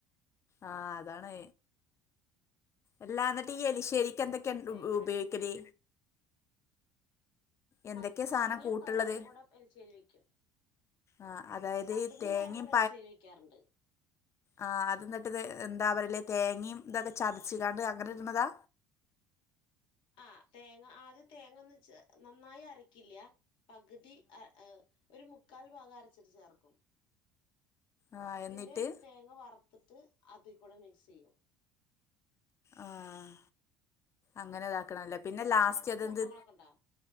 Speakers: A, on the left; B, on the left.
A: ആഹ് അതാണ്. എല്ലാന്നിട്ട് ഈ എലിശ്ശേരിക്ക് ന്തക്കെയ ഉ
B: എങ്ങനെ
A: ഉപയോഗിക്ക ടി എന്തൊക്കെയാ
B: മത്തങ്ങ
A: സാധനം കൂട്ടുള്ളത്
B: പയറും കൂടെ എലിച്ചേരി വെക്കും.
A: ആഹ് അതായത്
B: മത്തങ്ങും
A: തേങ്ങയും
B: പയറും കൂട എലിശേരി വെക്കാറുണ്ട്.
A: ആഹ് അത് ന്നിട്ട്ത് എന്താ പറയല് തേങ്ങയും ഇതക്കെ ചതച്ച് കാണ്ട് അങ്ങനെ ഇടുന്നതാ?
B: ആഹ് തേങ്ങ ആദ്യം തേങ്ങ ഒന്നിച്ച് നന്നായി അരക്കില്ല. പകുതി ആ ഒരു മുക്കാൽ ഭാഗം അരച്ചത് ചേർക്കും.
A: ആ എന്നിട്ട്
B: പിന്നെ തേങ്ങ വറത്തിട്ട് അതി കൂടെ മിക്സ് യ്യും.
A: ആഹ് അങ്ങനെ ഇതാക്കണല്ലേ പിന്നെ
B: നിങ്ങളവിടെ
A: ലാസ്റ്റ്
B: ഇങ്ങനത്തെ
A: അതെന്ത്?
B: സംഭവങ്ങളൊക്കെ ഉണ്ടോ